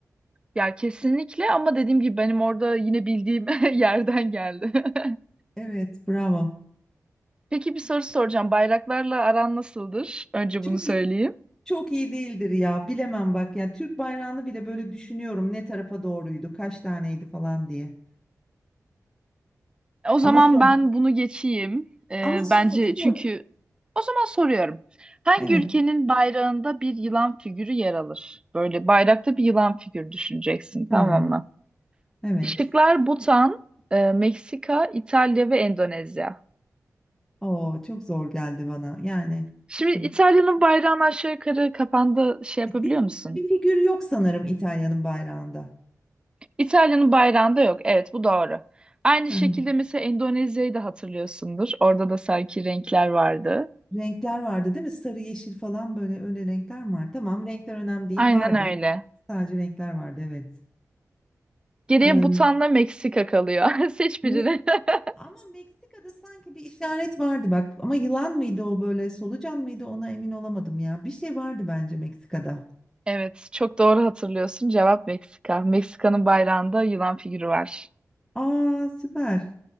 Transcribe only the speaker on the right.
Ya kesinlikle ama dediğim gibi benim orada yine bildiğim <laughs> yerden geldi. <laughs>
Peki bir soru soracağım. Bayraklarla aran nasıldır? Önce
bunu söyleyeyim.
O zaman
ben bunu geçeyim. Ee,
bence
çünkü o zaman soruyorum. Hangi
ülkenin bayrağında bir yılan figürü yer alır? Böyle bayrakta bir yılan figürü düşüneceksin, tamam
mı?
Şıklar Butan, e, Meksika, İtalya ve Endonezya.
Şimdi
İtalya'nın bayrağını aşağı yukarı kafanda şey yapabiliyor
musun?
İtalya'nın bayrağında yok. Evet, bu doğru. Aynı
şekilde
mesela Endonezya'yı da hatırlıyorsundur. Orada da sanki renkler vardı.
Aynen
öyle.
Geriye
Butan'la Meksika kalıyor. <laughs> Seç
birini. <laughs>
Evet, çok doğru hatırlıyorsun. Cevap Meksika. Meksika'nın bayrağında yılan figürü var.